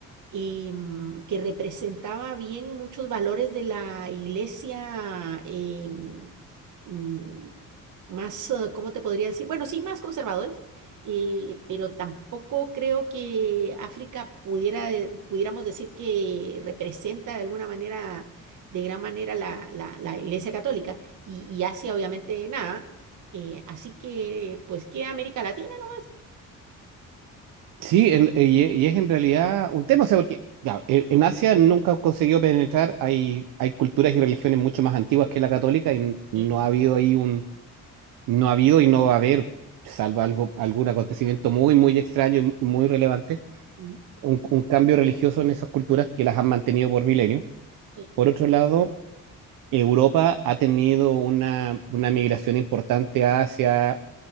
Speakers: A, on the right; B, on the right.
A: eh, mm, que representaba bien muchos valores de la iglesia eh, mm, mm, más, eh, ¿cómo te podría decir? Bueno, sí, más conservadores, eh, pero tampoco creo que África pudiera, eh, pudiéramos decir que representa de alguna manera, de gran manera la, la- la iglesia católica y, y Asia obviamente nada. Eh, así que, pues, ¿qué América Latina? no?
B: Sí, en- y, y es en realidad un tema, o sea, porque ya, en, en Asia nunca consiguió penetrar, hay, hay culturas y religiones mucho más antiguas que la católica y no
A: Sí.
B: ha habido ahí un, no ha habido y no va a haber, salvo algo, algún acontecimiento muy, muy extraño y muy relevante
A: no? Mm,
B: un, un cambio religioso en esas culturas que las han mantenido por milenios.
A: Sí,
B: Por otro lado, Europa ha tenido una, una migración importante hacia